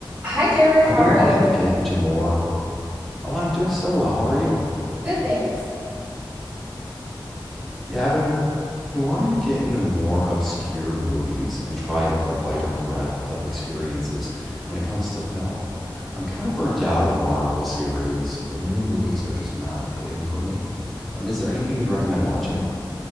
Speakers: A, on the right (about 20°); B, in the centre.
A: Hi, Derek.
B: I've
A: How
B: been
A: are
B: wanting
A: you?
B: to get into more. Oh, I'm doing so well. How are you?
A: Good, thanks.
B: Yeah, I've been wanting to get into more obscure movies and try like a wider breadth of experiences when it comes to film. I'm kind of burnt out of the Marvel series. The new movies are just not hitting for me. Um, is there anything you'd recommend watching?